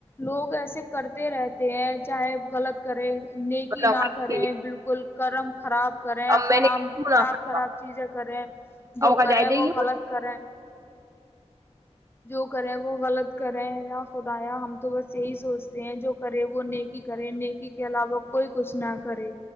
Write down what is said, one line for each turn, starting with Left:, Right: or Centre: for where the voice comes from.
Left: لوگ ایسے کرتے رہتے ہیں چاہے غلط کرے نیکی
Right: تھی،
Left: نہ کریں بالکل کرم خراب کریں
Right: اب
Left: خراب
Right: میں نے منافع
Left: خراب خراب چیزیں کریں جو
Right: اب کا
Left: کریں
Right: جائے دے
Left: وہ
Right: گی
Left: غلط کریں جو کرے وہ غلط کرے یا خدایا ہم تو بس یہی سوچتے ہیں جو کرے وہ نیکی کرے نیکی کے علاوہ کوئی کچھ نہ <unintelligible> کرے